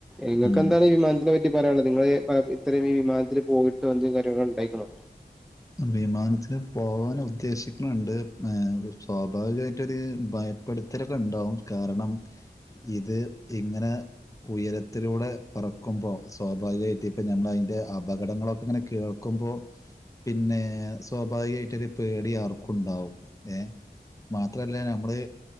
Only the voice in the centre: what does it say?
നിങ്ങൾക്ക്‌
എന്താണ് ഈ വിമാനതിനെ പറ്റി പറയാനുള്ളത് നിങ്ങൾക്ക്‌ എന്താണ് ഈ വിമാനത്തിനെ പറ്റി പറയാനുള്ളത് നിങ്ങള് ഈ വിമാനത്തില് പോയിട്ടോ എന്തെങ്കിലും കാര്യങ്ങൾ ഇണ്ടായിക്കണോ